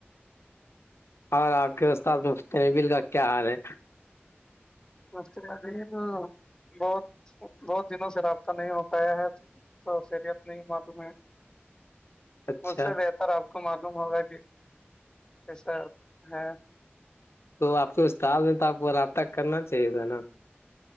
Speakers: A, on the left; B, on the left.
A: اور آپ کے استاد مفت نبل کا کیا حال ہے
B: مج کے ابھی بہت بہت دنوں سے رابطہ نہیں ہو پایا ہے پھر خیریت نہیں معلوم ہے
A: اچھا
B: سے بہتر آپ کو معلوم ہوگا کہ ایسا ہے
A: تو آپ کے استاد میں تو آپ کو رابطہ کرنا چاہیے تھا نا